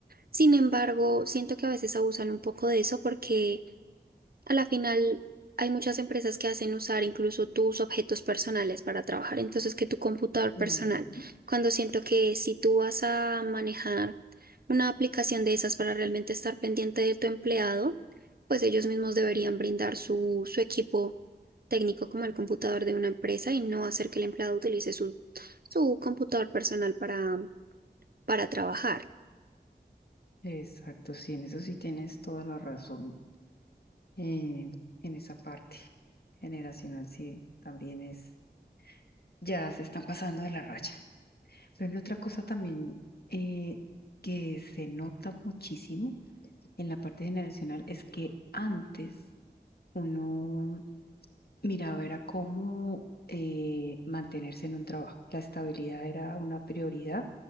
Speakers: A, on the right (about 60°); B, on the left (about 65°).
A: Sin embargo, siento que a veces abusan un poco de eso porque a la final, hay muchas empresas que hacen usar incluso tus objetos personales para trabajar, entonces que tu computador
B: Ujú.
A: personal, cuando siento que si tú vas a manejar una aplicación de esas para realmente estar pendiente de tu empleado, pues ellos mismos deberían brindar su, su equipo técnico como el computador de una empresa y no hacer que el empleado utilice su, su computador personal para, para trabajar.
B: Exacto, sí, en eso sí tienes toda la razón. eh, en esa parte generacional sí también es, ya se están pasando de la raya. Por ejemplo, otra cosa también eh, que se nota muchísimo en la parte generacional es que antes uno miraba era cómo eh, mantenerse en un trabajo. La estabilidad era una prioridad